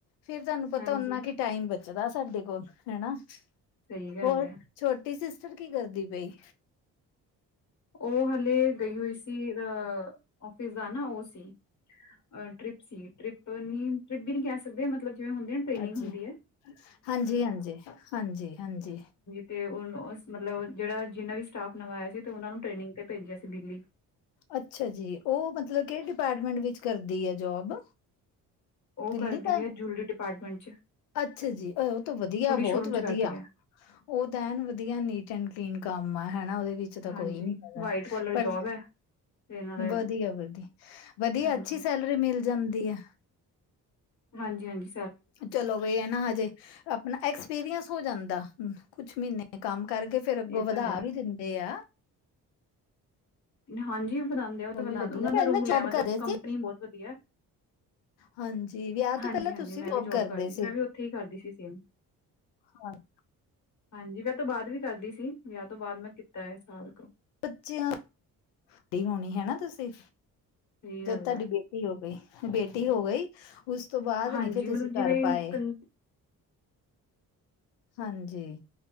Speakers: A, on the left; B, on the left.
A: ਫੇਰ ਤਾਨੂੰ ਪਤਾ
B: ਹਾਂਜੀ
A: ਉਨਾਂ ਕਿ ਟਾਈਮ ਬਚਦਾ ਸਾਡੇ ਕੋਲ, ਹੈਨਾ।
B: ਸਹੀ ਗੱਲ
A: ਹੋਰ,
B: ਹੈ
A: ਛੋ ਤੇ ਸਿਸਟਰ ਕੀ ਕਰਦੀ ਪਈ?
B: ਉਹ ਹਲੇ ਗਈ ਹੋਈ ਸੀ। ਅ ਔਫਿਸ ਦਾ ਨਾ ਓ ਸੀ, ਟ੍ਰਿਪ ਸੀ, ਟ੍ਰਿਪਨੀ ਟ੍ਰਿਪ ਵੀ ਨੀ ਕਹਿ ਸਕਦੇ, ਮਤਲਬ ਜਿਵੇਂ ਹੁੰਦੀ ਟੇਨਿੰਗ
A: ਅੱਛਾ
B: ਹੁੰਦੀ ਐ।
A: ਹਾਂਜੀ, ਹਾਂਜੀ, ਹਾਂਜੀ, ਹਾਂਜੀ
B: ਤੇ ਓ, ਉਹਸ ਮਤਲਬ ਜੇੜਾ ਜਿੰਨਾ ਵੀ ਸਟਾਫ ਨਵਾਂ ਆਇਆ ਸੀ। ਤੇ ਉਹਨਾ ਨੂੰ ਟ੍ਰੇਨਿੰਗ ਤੇ ਭੇਜਿਆ ਸੀ। ਦਿੱਲੀ
A: ਅੱਛਾ ਜੀ, ਉਹ ਮਤਲਬ ਕੇੜੇ ਡਿਪਾਟਮੈਂਟ ਵਿੱਚ ਕਰਦੀ ਆ ਜੋਬ
B: ਉਹ
A: ਦਿੱਲੀ
B: ਕਰਦੀ
A: ਕਰ
B: ਆ ਜੂਲਰੀ ਡਿਪਾਟਮੈਂਟ
A: ਅੱਛਾ ਜੀ, ਅ ਉਹ ਵਧੀਆ, ਬਹੁਤ
B: ਸ਼ੋਰੂਮ ਚ
A: ਵਧੀਆ‌।
B: ਕਰਦੀ ਹੈ
A: ਉਹ ਤਾਂ ਐਨ ਵਧੀਆ ਨੀਟ ਐਂਡ ਕਲੀਨ ਕੰਮ ਆ, ਹੈਨਾ ਉਹਦੇ ਵਿੱਚ ਤਾਂ
B: ਹਾਂਜੀ
A: ਕੋਈ ਨੀ ਹੈਗਾ।
B: ਵਾਈਟ ਕੋਲਰ
A: ਪਰ
B: ਜੋਬ ਹੈ ਤੇ ਨਾਲੇ
A: ਵਧੀਆ-ਵਧੀਆ, ਵਧੀਆ
B: ਹਾਂਜੀ
A: ਅੱਛੀ ਸੈਲਰੀ ਮਿਲ ਜਾਂਦੀ ਆ।
B: ਹਾਂਜੀ-ਹਾਂਜੀ
A: ਚਲੋ ਵੇ ਆ ਨਾ ਹਜੇ ਆਪਣਾ ਐਕਸਪੀਰੀਅਸ ਹੋ ਜਾਂਦਾ। ਕੁਛ ਮਹੀਨੇ ਕੰਮ ਕਰਕੇ ਫੇਰ ਅੱਗੋਂ
B: ਇਹ
A: ਵਧਾ
B: ਤਾਂ ਹੈ
A: ਵੀ ਦਿੰਦੇ ਆ।
B: ਹਾਂਜੀ ਵਧਾਂਦੇ ਓ ਤਾਂ
A: ਉਹ
B: ਵਧਾ,
A: ਵੀ ਵਧੀਆ,
B: ਉਨਾਂ
A: ਪਹਿਲਾਂ
B: ਦਾ ਰੂਲ
A: ਜੋਬ
B: ਹੈ। ਮਤਲਬ
A: ਕਰਦੇ
B: ਕੰਪਨੀ
A: ਸੀ।
B: ਬਹੁਤ ਵਧੀਆ
A: ਹਾਂਜੀ, ਵਿਆਹ ਤੋਂ
B: ਹਾਂਜੀ-ਹਾਂਜੀ
A: ਪਹਿਲਾਂ ਤੁਸੀਂ
B: ਮੈਂ ਵੀ ਜੋਬ
A: ਕਰਦੇ
B: ਕਰਦੀ ਸੀ। ਮੈਂ ਵੀ ਉੱਥੇ ਹੀ ਕਰਦੀ ਸੀ। ਸੇਮ
A: ਹਟ
B: ਹਾਂਜੀ, ਮੈਂ ਬਾਅਦ ਵੀ ਕਰਦੀ ਸੀ। ਵਿਆਹ ਤੋਂ ਬਾਅਦ ਮੈਂ ਕੀਤਾ, ਇਹ ਸਾਲ ਕੁ
A: ਬੱਚਿਆਂ, ਐਡੀ ਹੋਣੀ ਹੈ ਨਾ ਤੁਸੀਂ,
B: ਸਹੀ
A: ਜਦ
B: ਗੱਲ
A: ਤਾਡੀ
B: ਹੈ
A: ਬੇਟੀ ਟੀ ਹੋ ਗਈ, ਬੇਟੀ ਹੋ ਗਈ। ਉਸ ਤੋਂ ਬਾਅਦ
B: ਹਾਂਜੀ
A: ਨੀ ਫਿਰ ਤੁਸੀਂ
B: ਮਤਲਬ
A: ਕਰ
B: ਜਿਵੇਂ
A: ਪਾਏ।
B: ਕੰ
A: ਹਾਂਜੀ